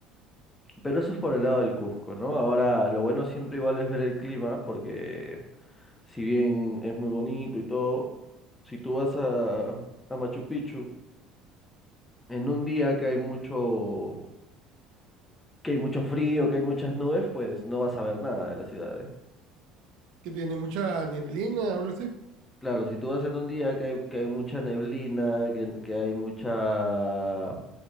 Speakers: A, on the left; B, on the right.
A: Pero eso es por el lado del Cusco, ¿no? Ahora, lo bueno siempre igual es ver el clima, porque si bien es muy bonito y todo, si tú vas a, a Machu Picchu en un día que hay mucho, que hay mucho frío, que hay muchas nubes, pues no vas a ver nada de la ciudad, ¿eh?
B: que tiene mucha neblina o algo así.
A: Claro, si tú vas en un día que hay, que hay mucha neblina, que, que hay mucha,